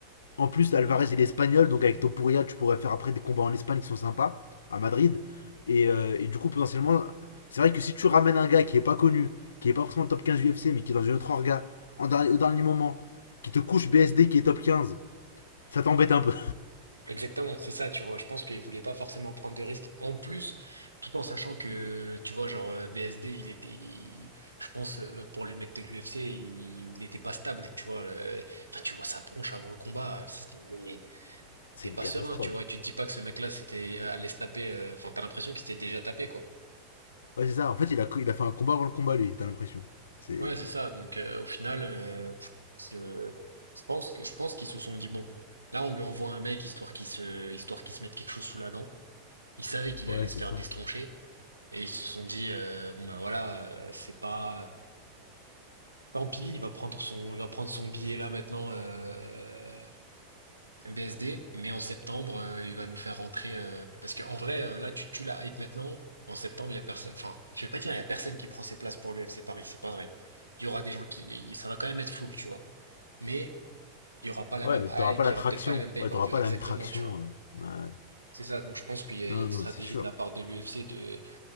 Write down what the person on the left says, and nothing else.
En plus, Alvarez, il est espagnol, donc avec Topuria, tu pourrais faire après des combats en Espagne qui sont sympas, à Madrid. Et, euh, et du coup, potentiellement, c'est vrai que si tu ramènes un gars qui est pas connu, qui est pas forcément top 15 UFC, mais qui est dans une autre orga, en dernier- au dernier moment, qui te couche BSD qui est top 15, ça t'embête un peu.
<laughs> C'est
une
catastrophe.
Ouais, c'est ça. En fait, il a, il a fait un combat avant le combat, lui, t'as l'impression. C'est.
Ouais,
c'est
ça.
Ouais,
mais
t'auras pas la
traction.
Ouais, t'auras pas
la même traction.
euh. Ouais.
Non,
non,
c'est sûr.